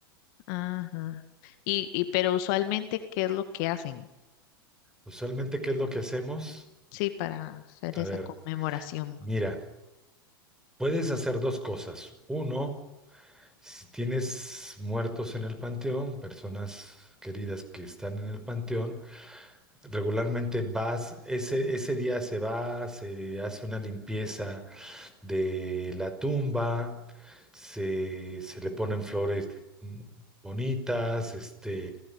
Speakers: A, on the left (about 50°); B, in the centre.
A: Ajá. Y, y, pero usualmente, ¿qué es lo que hacen?
B: Usualmente, ¿qué es lo que hacemos?
A: Sí, para hacer
B: A
A: esa
B: ver,
A: conmemoración.
B: mira. Puedes hacer dos cosas. Uno, si tienes muertos en el panteón, personas queridas que están en el panteón, regularmente vas, ese, ese día se va, se hace una limpieza de la tumba, se, se le ponen flores mm, bonitas, este,